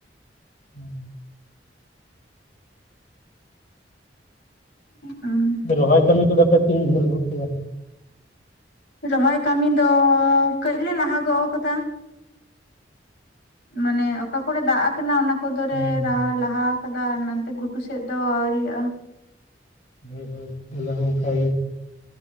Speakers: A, on the left (about 45°); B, on the left (about 70°).
A: ᱦᱩᱸ᱾
B: ᱩᱸ ᱟᱻ᱾
A: ᱨᱚᱦᱚᱭ ᱛᱚ, ᱱᱤᱛᱚᱜ ᱫᱚᱯᱮ ᱛᱤᱱ ᱡᱷᱟᱹᱞ ᱜᱚᱫ ᱠᱮᱭᱟ?
B: ᱨᱚᱦᱚᱭ ᱠᱟᱹᱢᱤ ᱫᱚ ᱠᱟᱹᱡ ᱞᱮ ᱞᱟᱦᱟ ᱜᱚᱜ ᱠᱟᱫᱟ᱾ ᱢᱟᱱᱮ ᱚᱠᱟ ᱠᱚᱨᱮ ᱫᱟᱜ ᱠᱟᱱᱟ, ᱚᱱᱟ ᱠᱚᱫᱚ ᱨᱮ
A: ᱦᱳᱭ ᱦᱳᱭ
B: ᱨᱟᱦᱟ ᱞᱟᱦᱟ ᱠᱟᱫᱟᱭ᱾ ᱱᱟᱱᱛᱮ ᱜᱷᱩᱴᱩ ᱥᱮᱫ ᱫᱚ ᱟᱹᱣᱨᱤᱭᱟᱜ-ᱟ᱾
A: ᱦᱳᱭ ᱦᱳᱭ, ᱟᱞᱮ ᱦᱚᱸ ᱱᱟᱯᱟᱭ ᱜᱮ